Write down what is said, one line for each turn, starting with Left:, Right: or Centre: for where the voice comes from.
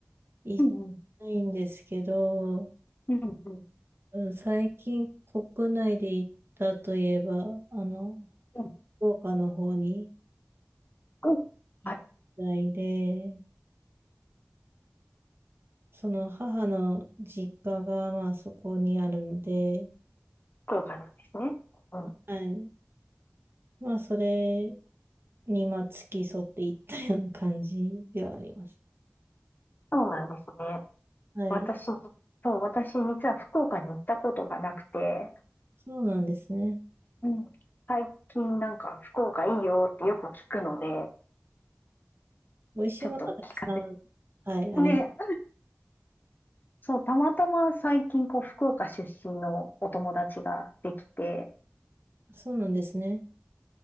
Right: 行っ
Left: うん
Right: てないんですけど、
Left: うんうんうん
Right: うん、最近国内で行ったといえば、あの、
Left: うん
Right: 福岡の方に
Left: 福あ、
Right: 行ったりで、その母の実家がまあそこにあるので、
Left: 福岡なんですね。うん、
Right: はい。まあそれにまあ付き添って行ったような感じではあります。
Left: そうなんですね。
Right: はい。
Left: 私、そう、私実は福岡に行ったことがなくて、
Right: そうなんですね。
Left: うん最近なんか福岡いいよってよく聞くので、
Right: 美味しいものはたくさん、
Left: ちょっと聞かせて。
Right: はい、あります
Left: ね、そう、たまたま最近こう福岡出身のお友達ができて、
Right: そうなんですね。